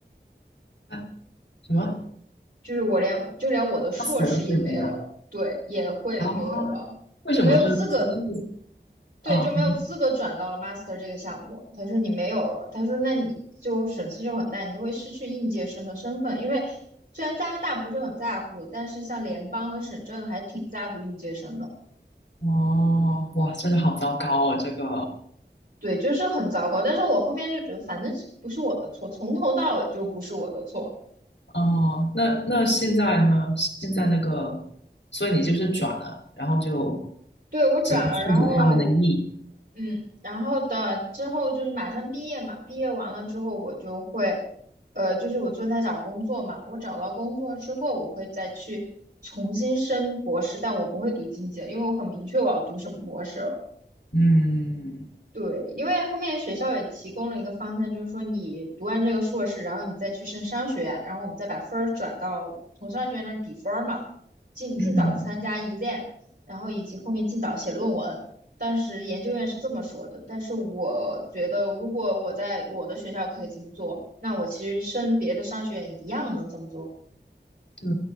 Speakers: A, on the left (about 80°); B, on the right (about 65°).
A: 啊？什么
B: 就是我连就连我的硕士也没有了，
A: p a s t 都是没有
B: 对，也会没有了，
A: 啊？为什么是生诉？
B: 就没有资格。对，
A: 啊？
B: 就没有资格转到了 master 这个项目。他说你没有了，他说那你就损失就很大，你就会失去应届生的身份。因为虽然加拿大不是很在乎，但是像联邦和省政还挺在乎应届生的。
A: 哦，哇，真的好糟糕哦，这个，
B: 对，就是很糟糕。但是我后面就觉得，反正不是我的错，从头到尾就不是我的错。
A: 哦，那那现在呢？现在那个，所以你就是转了，然后就
B: 对，我转了，
A: 只能顺着他们的意，
B: 然后嗯，然后的之后就是马上毕业嘛，毕业完了之后我就会，呃，就是我正在找工作嘛，我找到工作之后，我会再去重新升博士，但我不会读经济了，因为我很明确我要读什么博士了。
A: 嗯
B: 对，因为后面学校也提供了一个方向，就是说你读完这个硕士，然后你再去升商学院，然后我们再把分儿转到从商学院那儿抵分儿嘛，尽尽早参加
A: 嗯，
B: exam，然后以及后面尽早写论文。当时研究院是这么说的，但是我觉得如果我在我的学校可以这么做，那我其实升别的商学院一样能这么做。
A: 对，